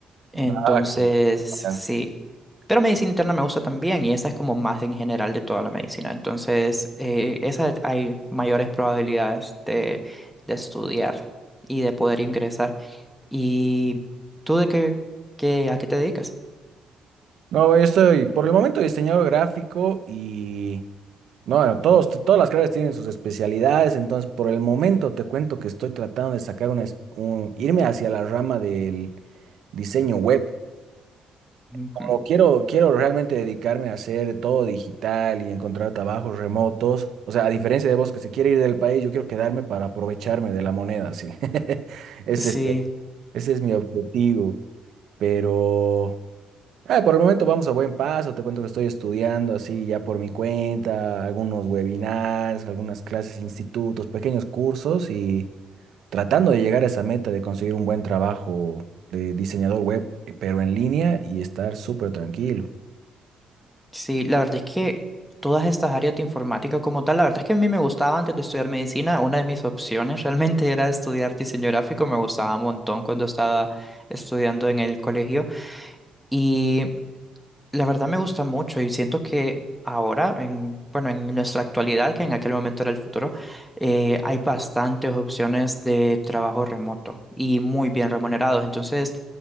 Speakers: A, in the centre; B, on the right (about 70°).
A: Entonces,
B: Ah, qué-
A: sí.
B: Ajá.
A: Pero medicina interna me gusta también y esa es como más en general de toda la medicina. Entonces, eh, esa hay mayores probabilidades de, de estudiar y de poder ingresar. ¿Y tú de qué, qué- a qué te dedicas?
B: No, yo estoy por el momento diseñador gráfico y No, bueno, todos, todas las carreras tienen sus especialidades, entonces por el momento te cuento que estoy tratando de sacar una, es- un- irme hacia la rama del diseño web.
A: Ujú.
B: Como quiero, quiero realmente dedicarme a hacer todo digital y encontrar trabajos remotos, o sea, a diferencia de vos que se quiere ir del país, yo quiero quedarme para aprovecharme de la moneda, sí. <laughs> Ese
A: Sí,
B: es, este, ese es mi objetivo, pero... Ah, por el momento vamos a buen paso. Te cuento que estoy estudiando así ya por mi cuenta, algunos webinars, algunas clases, institutos, pequeños cursos y tratando de llegar a esa meta de conseguir un buen trabajo de diseñador web, eh, pero en línea y estar súper tranquilo.
A: sí, la verdad es que todas estas áreas de informática como tal, la verdad es que a mí me gustaba antes de estudiar medicina, una de mis opciones realmente <laughs> era estudiar diseño gráfico, me gustaba un montón cuando estaba estudiando en el colegio y la verdad me gusta mucho y siento que ahora, en, bueno, en nuestra actualidad, que en aquel momento era el futuro, eh, hay bastantes opciones de trabajo remoto y muy bien remunerados, entonces...